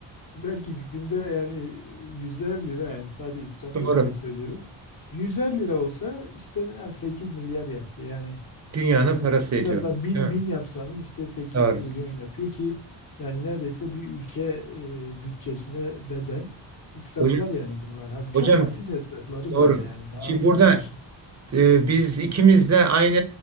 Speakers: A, on the left; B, on the right.
A: belki günde yani 100'er lira yani sadece israf
B: Doğru.
A: yönüyle söylüyorum. 100'er lira olsa işte ne- 8 milyar yaptı yani
B: Dünyanın
A: e,
B: parası ediyor.
A: Biraz daha bin
B: Değil mi?
A: bin yapsanız işte sekiz
B: Doğru.
A: trilyon yapıyor ki yani neredeyse bir ülke e, bütçesine bedel israflar
B: Hocam,
A: yani bunlar. Abi çok
B: hocam
A: basit hesapları
B: doğru.
A: böyle yani daha
B: Şimdi
A: karmaşık.
B: burada e, biz ikimiz de aynı